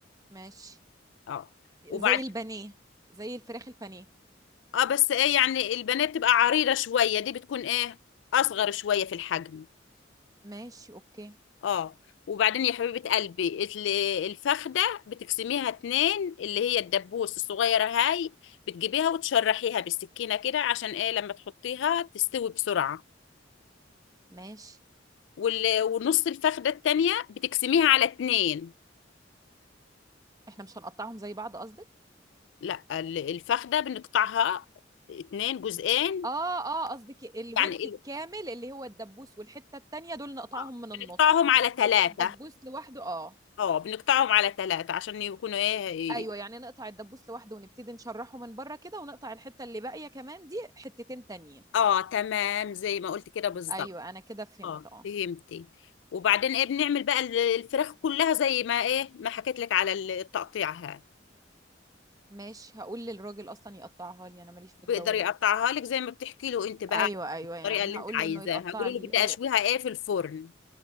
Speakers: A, on the right; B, on the left.
A: ماشي
B: اه وبعد
A: زي البانيه زي الفراخ البانيه
B: اه بس ايه يعني البنات بتبقى عريضة شوية دي بتكون ايه اصغر شوية في الحجم
A: ماشي اوكي
B: اه وبعدين يا حبيبة قلبي ال- الفخدة بتقسميها اتنين اللي هي الدبوس الصغيرة هاي بتجيبيها وتشرحيها بالسكينة كده عشان ايه لما تحطيها تستوي بسرعة
A: ماشي
B: وال- ونص الفخدة التانية بتقسميها على اتنين
A: احنا مش هنقطعهم زي بعض قصدك
B: لا ال- الفخدة بنقطعها اتنين جزئين
A: اه اه قصدك الورك
B: يعني ال-
A: الكامل اللي هو الدبوس والحته التانيه دول نقطعهم
B: آه،
A: من النص
B: بنقطعهم على ثلاثة
A: نقطع الدبوس لوحده اه
B: اه بنقطعهم على ثلاثة عشان يكونوا ايه
A: ايوه يعني نقطع الدبوس لوحده ونبتدي نشرحه من بره كده ونقطع الحته اللي باقيه كمان دي حتتين تانيين
B: اه تمام زي ما قلت كده بالظبط
A: ايوه انا كده فهمت
B: اه
A: اه
B: فهمتي وبعدين ايه بنعمل بقى ال- الفراخ كلها زي ما ايه ما حكيت لك على ال- التقطيعها
A: ماشي هقول للراجل اصلا يقطعها لي انا ماليش في
B: بيقدر
A: الجو ده
B: يقطعها لك زي ما بتحكي له انت بقى
A: ايوه ايوه
B: الطريقه
A: يعني
B: اللي
A: هقول
B: انت عايزاها
A: له انه يقطع
B: قولوا
A: لي
B: له بدي
A: هي...
B: اشويها ايه في الفرن